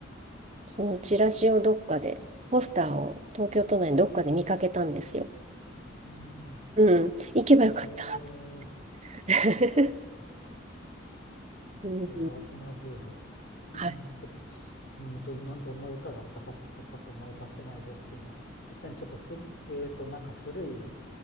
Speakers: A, on the right; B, on the left.
A: そのチラシをどっかで、ポスターを東京都内のどっかで見かけたんですよ。
B: うんうん
A: うん。行けばよかった。
B: えー、
A: <laughs>
B: あれ、
A: うん。
B: アズナブール。
A: <laughs>
B: うん、
A: はい。
B: ちょっと、うんと、な、どんな歌があったかっていうのパッと思い出せないですけど、確かにちょっと古い、えーと、なんか古い、